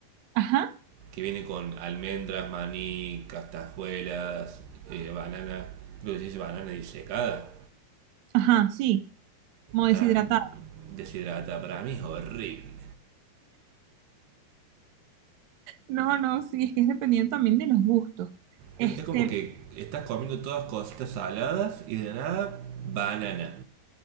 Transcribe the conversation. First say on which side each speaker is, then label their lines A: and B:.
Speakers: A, on the right; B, on the right.
A: Ajá,
B: que viene con almendras, maní, castajuelas, eh, banana, creo que se dice banana disecada,
A: ajá, sí, como deshidratado.
B: para mí, deshidrata, para mí es horrible.
A: No, no, sí, es que es dependiendo también de los gustos. Este,
B: Es, es como que estás comiendo todas cositas saladas y de nada banana.